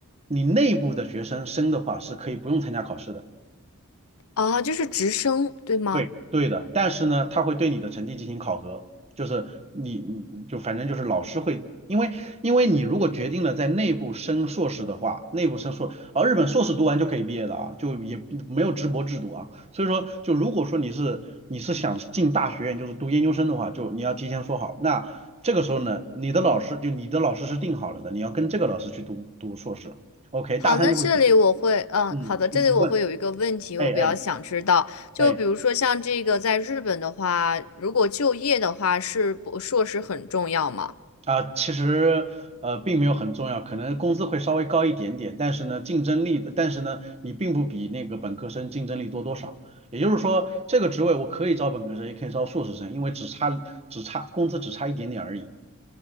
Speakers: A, on the right; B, on the left.
A: 你内部的学生升的话是可以不用参加考试的。
B: 哦，就是直升，对吗？
A: 对，对的，但是呢，他会对你的成绩进行考核，就是你，你就反正就是老师会，因为因为你如果决定了在内部升硕士的话，内部升硕，而日本硕士读完就可以毕业的啊，就也没有直博制度啊，所以说就如果说你是你是想进大学院，就是读研究生的话，就你要提前说好，那这个时候呢，你的老师就你的老师是定好了的，你要跟这个老师去读读硕士，OK，
B: 好，
A: 大三就会决定，
B: 那这里我会，嗯，
A: 嗯，
B: 好的，
A: 你你问，
B: 这里我会有一个问题，
A: 哎哎。
B: 我比较想知道，就比如说像这个在日本的话，
A: 哎
B: 如果就业的话，是博硕士很重要吗？
A: 啊，其实呃并没有很重要，可能工资会稍微高一点点，但是呢竞争力，但是呢你并不比那个本科生竞争力多多少。也就是说，这个职位我可以招本科生，也可以招硕士生，因为只差只差工资只差一点点而已，